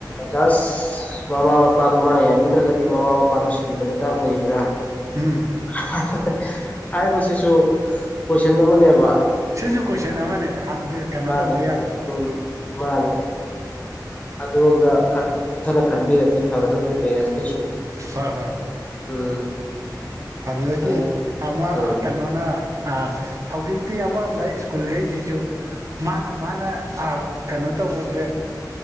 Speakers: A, on the left; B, on the right.
A: <unintelligible> ꯃꯃꯥ ꯃꯄꯥꯗꯨ ꯃꯥꯅ ꯌꯥꯅꯤꯡꯗ꯭ꯔꯒꯗꯤ ꯃꯃꯥ ꯃꯄꯥꯗꯨ ꯁꯤꯟꯕ ꯗꯔꯀꯥꯔ ꯑꯣꯏꯔꯤꯕ꯭ꯔꯥ
B: ꯎꯝ
A: <unintelligible> ꯍꯥꯏꯕꯁꯤꯁꯨ ꯀꯣꯏꯁꯟ ꯑꯃꯅꯦꯕ
B: ꯁꯤꯖꯨ ꯀꯣꯏꯁꯟ
A: ꯑꯗꯨ
B: ꯑꯃꯅꯦ ꯍꯪꯗ ꯀꯩꯅꯣ
A: ꯃꯥꯅꯦ
B: ꯇꯧꯗ ꯌꯥꯗꯕ꯭ꯔꫭ
A: ꯎꯝ ꯃꯥꯅꯦ ꯑꯗꫭꯝ ꯗ ꯈꯔ ꯀꯨꯞꯊꯅ ꯈꯟꯕꯤꯔꯗꯤ ꯐꯒꯗꯧꯅꯦ ꯄꯦꯔꯦꯟꯁ ꯀꯩꯁꯨ
B: ꯍꯣꯏ ꯍꯣꯏ
A: ꯎꯝ
B: ꯑꯗꯨꯗꯒꯤ
A: ꯑꯗꯨꯅ
B: ꯑꯃ
A: ꯎꯝ
B: ꯀꯅꯣꯅ ꯑꯥ ꯍꯧꯖꯤꯛꯇꯤ ꯑꯃꯔꯣꯝꯗ ꯁ꯭ꯀꯨꯜꯒꯩꯖꯤꯖꯨ ꯃꯥꯅ ꯃꯥꯅ ꯑꯥ ꯀꯅꯣ ꯇꯧꯕꯖꯦ